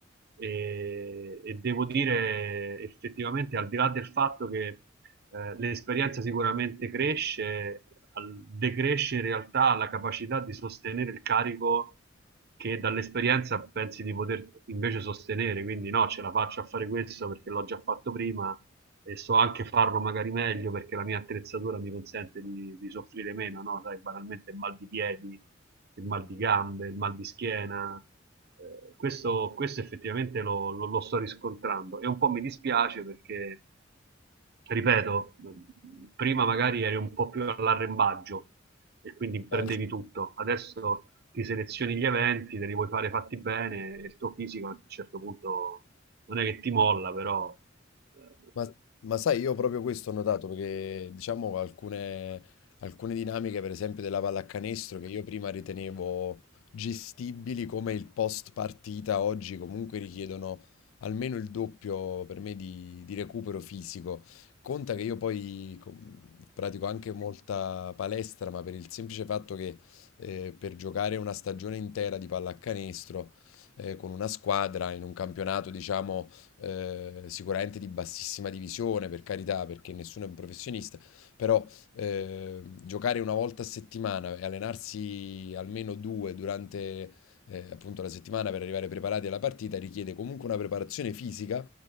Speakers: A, on the right (about 55°); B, on the left (about 85°).
A: E, e devo dire, effettivamente, al di là del fatto che eh, l'esperienza sicuramente cresce, al- decresce in realtà la capacità di sostenere il carico che dall'esperienza pensi di poter invece sostenere, quindi no, ce la faccio a fare questo perché l'ho già fatto prima e so anche farlo magari meglio perché la mia attrezzatura mi consente di, di soffrire meno, no? Sai, banalmente il mal di piedi, il mal di gambe, il mal di schiena. Eh, questo, questo effettivamente lo, lo- lo sto riscontrando e un po' mi dispiace perché cioè, ripeto, prima magari eri un po' più all'arrembaggio e quindi prendevi
B: Eh, sì.
A: tutto, adesso ti selezioni gli eventi, te li vuoi fare fatti bene e il tuo fisico a un certo punto non è che ti molla, però eh,
B: Ma, ma sai, io proprio questo ho notato perché diciamo alcune, alcune dinamiche, per esempio della pallacanestro, che io prima ritenevo gestibili come il post partita, oggi comunque richiedono almeno il doppio per me di, di recupero fisico. Conta che io poi com- pratico anche molta palestra, ma per il semplice fatto che eh, per giocare una stagione intera di pallacanestro eh, con una squadra in un campionato, diciamo eh, sicuramente di bassissima divisione, per carità, perché nessuno è un professionista, però eh, giocare una volta a settimana e allenarsi almeno due durante eh, appunto la settimana per arrivare preparati alla partita richiede comunque una preparazione fisica